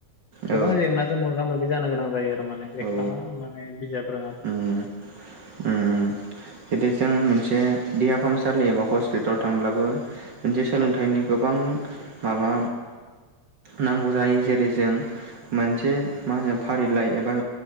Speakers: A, on the left; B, on the right.
A: गोबां
B: औ
A: जें नाजों मोगा मोगि जानो गोनां जायो आरो माने लेखा
B: औ
A: माने बिजाब रोङा
B: उम उम
A: <unintelligible>
B: जुदि जों मोनसे देहा फाहामसालि एबा हस्पिटालाव थांब्लाबो मोनसे सोलोंथाइनि गोबां माबा नांगौ जायो जेरै जों मोनसे मा होनो फारिलाइ एबा